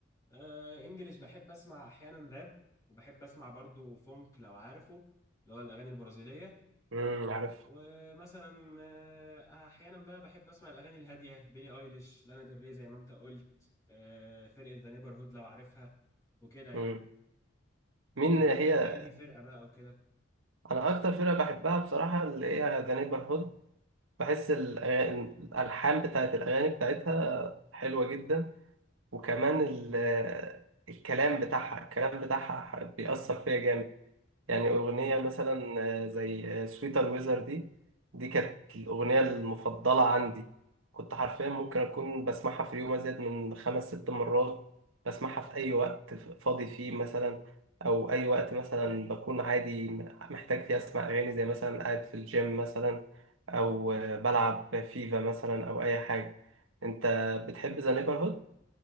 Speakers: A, on the left; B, on the right.
A: آه انجليش بحب اسمع احيانا راب وبحب اسمع برضو فونك لو عارفه اللي هو الاغاني البرازيليه
B: امم عارف
A: ومثلا آه احيانا بقى بحب اسمع الاغاني الهاديه بيلي ايليش لانا ديل ري زي ما انت قلت آه فرقه ذا نيبرهود لو عارفها وكده يعني
B: امم مين
A: انت بتحب
B: هي
A: انهي فرقه بقى او كده
B: أنا أكتر فرقة بحبها بصراحة اللي هي ذا نيبرهود بحس الأغاني... الألحان بتاعت الأغاني بتاعتها حلوة جدا وكمان ال... الكلام بتاعها الكلام بتاعها بيأثر فيا جامد يعني أغنية
A: امم
B: مثلا آه، زي سويتر ويزر دي دي كانت الأغنية المفضلة عندي كنت حرفيا ممكن أكون بسمعها في اليوم أزيد من خمس ست مرات بسمعها في أي وقت فاضي فيه مثلا أو أي وقت مثلا بكون عادي محتاج فيه أسمع أغاني زي مثلا قاعد في الجيم مثلا أو آه، بلعب فيفا مثلا أو أي حاجة أنت بتحب ذا نيبرهود؟